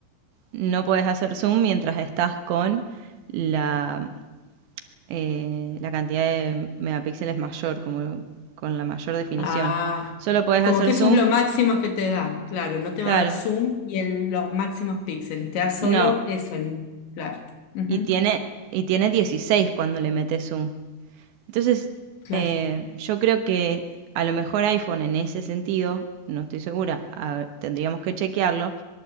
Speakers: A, on the right (about 70°); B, on the left (about 65°).
A: no podés hacer zoom mientras estás con la, eh, la cantidad de megapíxeles mayor, como con la mayor definición.
B: Ah,
A: Solo podés
B: como
A: hacer
B: que eso
A: zoom,
B: es lo máximo que te da. Claro, no te
A: claro,
B: va a dar zoom y el- los máximos píxeles. Te da solo
A: no.
B: eso. el- claro. ujú,
A: Y tiene, y tiene 16 cuando le metes zoom. Entonces,
B: Claro.
A: eh, yo creo que a lo mejor iPhone en ese sentido, no estoy segura, a- tendríamos que chequearlo,